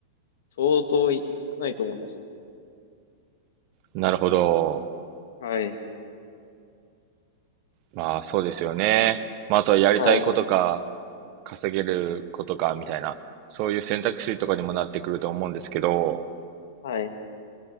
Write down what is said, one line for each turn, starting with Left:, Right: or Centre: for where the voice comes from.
Left: 相当い少ないと思いますね。
Right: なるほど。
Left: はい。
Right: まあそうですよね。まああとはやりたいことか、
Left: はい。
Right: 稼げることかみたいな、そういう選択肢とかにもなってくると思うんですけど、
Left: はい。